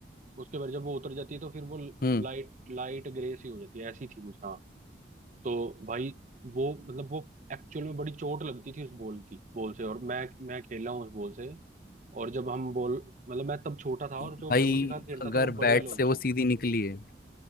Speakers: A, on the right (about 45°); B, on the left (about 55°).
A: उसके बाद जब वो उतर जाती है तो फिर वो
B: हम्म
A: लाइट लाइट ग्रे सी हो जाती है ऐसी थी कुछ हाँ तो भाई वो मतलब वो एक्चुअल में बड़ी चोट लगती थी उस बॉल की बॉल से और मैं मैं खेला हूँ उस बॉल से और जब हम बॉल मतलब मैं तब छोटा था और
B: भाई
A: जो जिनके साथ खेलता
B: अगर
A: था वो बड़े
B: बैट
A: लोग
B: से वो
A: थे
B: सीधी निकली है